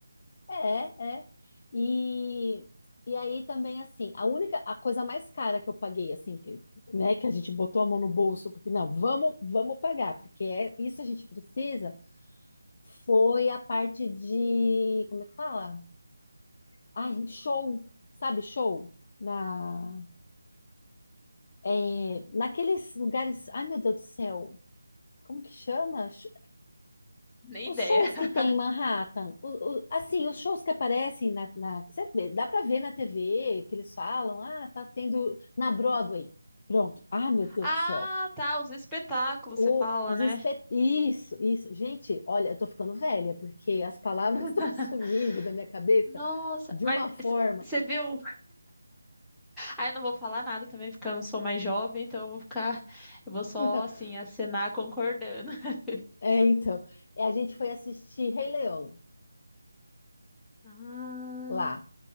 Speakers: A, on the left; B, in the centre.
A: é, é. E, e aí também, assim, a única, a coisa mais cara que eu paguei, assim, que, né, que a gente botou a mão no bolso, porque não, vamos, vamos pagar, porque é, isso a gente precisa. Foi a parte de, como é que fala? Ai, show, sabe, show? Na, é, naqueles lugares, ai meu Deus do céu, como que chama? Sh-
B: Nem ideia.
A: Os shows que tem
B: <laughs>
A: em Manhattan, o- o- assim, os shows que aparecem na, na- que você vê, dá para ver na TV, que eles falam, ah, tá tendo na Broadway. Pronto. Ah, meu Deus
B: Ah,
A: do céu.
B: tá, os espetáculos,
A: O,
B: você fala,
A: os
B: né?
A: espe... Isso, isso. Gente, olha, eu tô ficando velha, porque as palavras
B: <laughs>
A: <laughs> estão sumindo da minha cabeça
B: Nossa,
A: de
B: mas
A: uma forma.
B: c- você viu? Ah, eu não vou falar nada também, porque eu não sou mais jovem, então eu vou ficar, eu vou só
A: <laughs>
B: assim acenar concordando. <laughs>
A: É, então, é, a gente foi assistir Rei Leão
B: Ah,
A: lá.